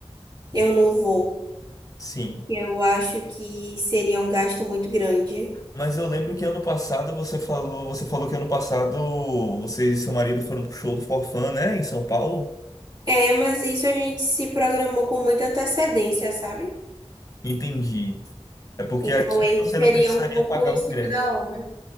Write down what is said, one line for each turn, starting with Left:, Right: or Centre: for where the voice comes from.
Right: Eu não vou.
Left: Sim.
Right: Eu acho que seria um gasto muito grande.
Left: Mas eu lembro que ano passado você falou. Você falou que ano passado você e seu marido foram pro show do Forfã, né? Em São Paulo?
Right: É, mas isso a gente se programou com muita antecedência, sabe?
Left: Entendi. É porque
Right: Então,
Left: aqui
Right: esse
Left: você
Right: seria
Left: não precisaria
Right: um pouco
Left: pagar
Right: em
Left: o
Right: cima
Left: ingresso.
Right: da hora.